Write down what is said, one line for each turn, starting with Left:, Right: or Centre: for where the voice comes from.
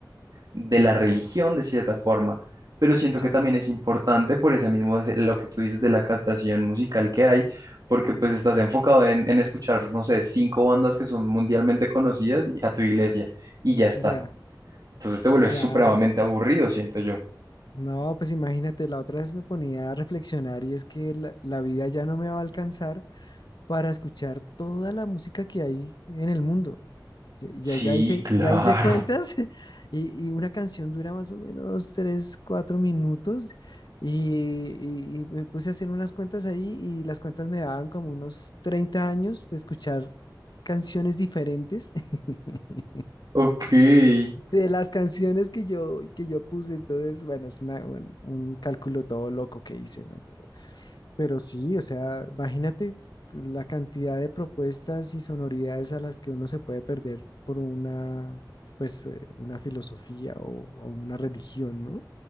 Right: de la religión de cierta forma, pero siento que
Left: Ya.
Right: también es importante por ese mismo, lo que tú dices de la castación musical que hay, porque pues estás enfocado en, en escuchar, no sé, cinco bandas que son mundialmente conocidas y a tu iglesia y ya está.
Left: Ya,
Right: Entonces te vuelves
Left: claro.
Right: supremamente aburrido, siento yo.
Left: No, pues imagínate, la otra vez me ponía a reflexionar y es que la, la vida ya no me va a alcanzar para escuchar toda la música que hay en el mundo. Ya,
Right: Sí,
Left: ya ya hice,
Right: claro.
Left: ya hice cuentas <laughs> y, y una canción dura más o menos tres, cuatro minutos y, y- y me puse a hacer unas cuentas ahí y las cuentas me daban como unos 30 años de escuchar canciones diferentes. <laughs>
Right: <laughs> Ok.
Left: de las canciones que yo, que yo puse, entonces, bueno, es una- un, un cálculo todo loco que hice, ¿no? Pero, pero sí, o sea, imagínate la cantidad de propuestas y sonoridades a las que uno se puede perder por una, pues, eh, una filosofía o, o una religión, ¿no?